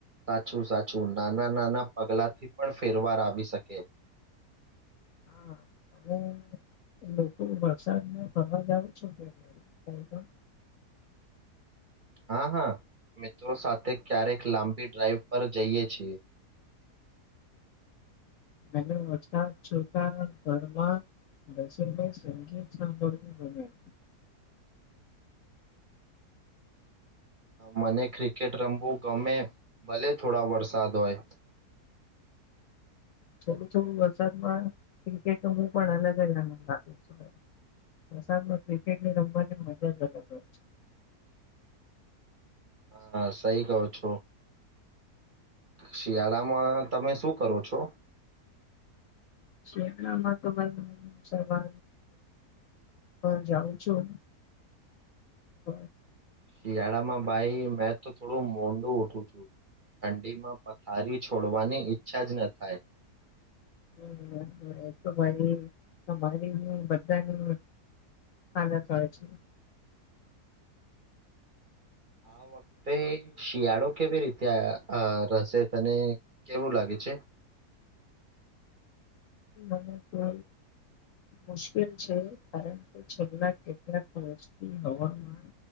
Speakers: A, on the right; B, on the left.
A: સાચું સાચું નાના નાના પગલાંથી પણ ફેરવાર આવી શકે
B: હા અને લોકો વરસાદમાં ફરવા જાવ છો ક પણ
A: હા હા મિત્રો સાથે ક્યારેક લાંબી ડ્રાાઈવ પર જઈએ છીએ <inaudible>
B: મ ઓછા છો ઘરમાં બસ સંખીભ
A: <inaudible> મને ક્રિકેટ રમવું ગમે ભલે થોડા વરસાદ હોય <inaudible>
B: થોડું થોડું વરસાદમાં ક્રિકેટ ન હું પણ અલગ જ આનંદ આપું છું વરસાદમાં ક્રિકેટની રમવાની મજા જ અલગ હોય છે
A: <inaudible> હા સહી કરહો છો શિયાળામાં તમે શું કરો છો
B: શેણામાં તોવા હા જાઉં છું હ
A: શિયાળામાં ભાઈ મેં તો થોડું મોંડું ઉઠું છું ઠંડીમાં પથારી છોડવાની ઈચ્છા જ ન થાય
B: હમ તોરી તમારી બધાનું હ થ છે
A: આ વખતે શિયાળો કેવી રીતે રહેશે તને કેવું લાગે છે <inaudible>
B: મને તો મુશ્કેલ છે કારણ કે છેલ્લા કેટલાક હવામાન